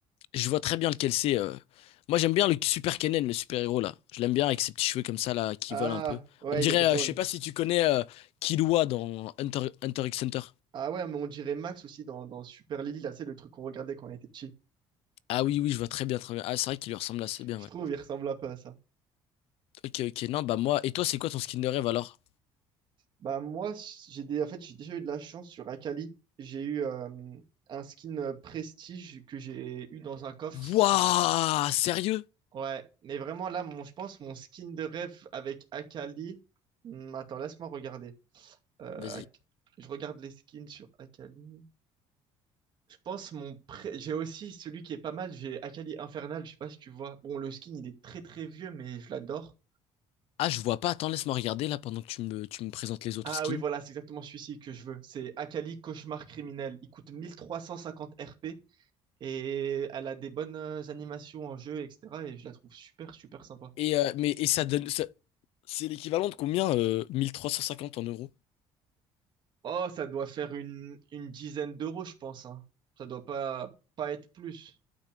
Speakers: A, on the left (about 65°); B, on the right (about 45°).
A: je vois très bien lequel c'est. euh. Moi j'aime bien le super Kennen, le super-héros là. Je l'aime bien avec ses petits cheveux comme ça là, qui
B: Ah,
A: volent un peu.
B: ouais,
A: On dirait,
B: il est drôle.
A: euh, je sais pas si tu connais euh, Killua dans Hunter, Hunter x Hunter.
B: Ah ouais, mais on dirait Max aussi dans, dans Super Lily, là, c'est le truc qu'on regardait quand on était petit.
A: Ah oui, oui, je vois très bien, très bien. Ah c'est vrai qu'il lui ressemble assez bien,
B: Je
A: ouais.
B: trouve, il ressemble un peu à ça.
A: Ok, ok, non, bah moi, et toi c'est quoi ton skin de rêve alors?
B: Bah moi, j'ai des... en fait, j'ai déjà eu de la chance sur Akali. J'ai eu euh, un skin euh, Prestige que j'ai eu dans un coffre.
A: Wouah,
B: Enfin,
A: sérieux?
B: ouais, mais vraiment là, mon, je pense, mon skin de rêve avec Akali. Hmm, attends, laisse-moi regarder. Euh,
A: Vas-y.
B: Ak- Je regarde les skins sur Akali. Je pense mon pré- j'ai aussi celui qui est pas mal, j'ai Akali Infernal, je sais pas si tu vois. Bon, le skin, il est très très vieux, mais je l'adore.
A: Ah, je vois pas. Attends, laisse-moi regarder là pendant que tu me, tu me présentes les autres
B: Ah
A: skins.
B: oui, voilà, c'est exactement celui-ci que je veux. C'est Akali, Cauchemar criminel. Il coûte 1350 RP et elle a des bonnes euh, animations en jeu, etc. Et je la trouve super, super sympa.
A: Et, euh, mais, et ça donne. ça- C'est l'équivalent de combien euh, 1350 en euros?
B: Oh, ça doit faire une, une dizaine d'euros, je pense, hein. Ça doit pas, pas être plus.